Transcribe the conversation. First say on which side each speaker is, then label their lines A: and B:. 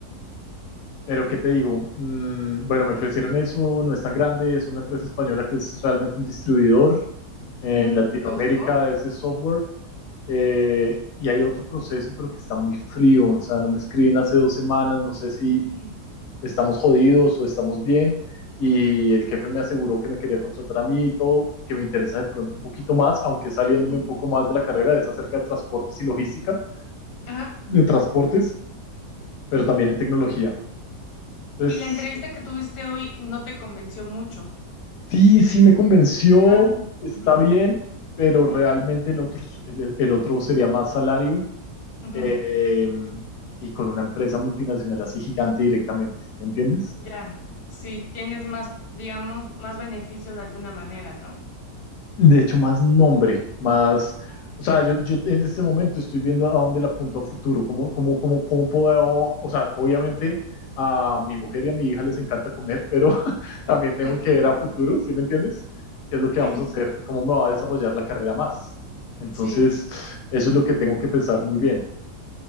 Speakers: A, on the left; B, on the left.
A: Pero, ¿qué te digo? Mm, bueno, me ofrecieron eso, no es tan grande, es una empresa española que es realmente un distribuidor en
B: ujú.
A: Latinoamérica
B: ¿Y te eh, gustó?
A: de ese software. eh, y hay otro proceso, pero que está muy frío. O sea, no me escriben hace dos semanas, no sé si
B: Ujú,
A: estamos jodidos o estamos bien. Y el jefe me aseguró que me quería contratar a mí y todo, que me interesa de pronto un poquito más, aunque saliéndome
B: ujú,
A: un poco más de la carrera, es acerca de transportes y logística,
B: Ajá.
A: de transportes, pero también en tecnología. Entonces,
B: Y la entrevista que tuviste hoy no te convenció mucho.
A: Sí, sí me convenció,
B: Ah,
A: está
B: ujú,
A: bien, pero realmente el otro, s- el, el otro sería más salario
B: ujú,
A: eh, y con una empresa multinacional así gigante directamente, ¿me entiendes?
B: Ya. Sí, tienes más, digamos, más beneficios de alguna manera, ¿no?
A: de hecho, más nombre, más,
B: Ok.
A: o sea, yo, yo en este momento estoy viendo a dónde le apunto a futuro, cómo, cómo, cómo, cómo puedo, o sea, obviamente a mi mujer y a mi hija les encanta comer, pero <laughs> también tengo
B: <laughs>
A: que ver a futuro, ¿sí me entiendes? ¿Qué es lo que
B: Sí,
A: vamos a hacer? ¿Cómo me va a desarrollar la carrera más? Entonces,
B: sí.
A: eso es lo que tengo que pensar muy bien.